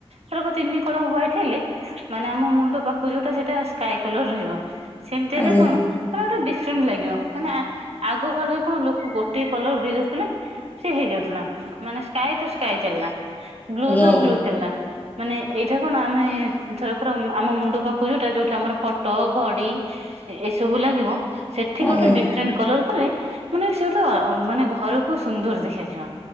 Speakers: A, on the right; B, on the left.
A: ଥରକୁ ତିନି କଣ ହ୍ୱାଇଟ ହେଲେ ମାନେ ଆମ ମୁଣ୍ଡ ପାଖକୁ ଯୋଉଟା ସେଟା ସ୍କାଏ କଲର୍ ରହିବ ସେମିତି
B: ଆଜ୍ଞା
A: ହେଲେ କଣ ନା ଗୋଟେ ଡିଫରେଣ୍ଟ ଲାଗିବ ମାନେ ଆ-ଆଗ କାଳରେ କଣ ଲୋକ ଗୋଟିଏ କଲର୍ ଦେଇ ଦୋଉଥୁଲେ ସେ ହେଇଯାଉଥୁଲା ମାନେ ସ୍କାଏ ତ ସ୍କାଏ ଚାଲିଲା ବ୍ଲୁର
B: ଆଜ୍ଞା ଆଜ୍ଞା
A: ବ୍ଲୁ ଚାଲିଲା। ମାନେ ଏଇଟା କଣ ଆମେ ଥରକର ଉମ୍ ଆମ ମୁଣ୍ଡ ପାଖୁକୁ ଯୋଉଟା ଯୋଉଠି ଆମର ଫଟୋ, ଘଡି ଏ-ଏସବୁ ଲାଗିବ ସେଠି ଗୋଟେ
B: ଆଜ୍ଞା।
A: ଡିଫରେଣ୍ଟ୍ କଲର ଉପରେ ମାନେ ସେ ଗୋଟେ ଅ ମାନେ ଘରକୁ ସୁନ୍ଦର ଦେଖାଯିବା।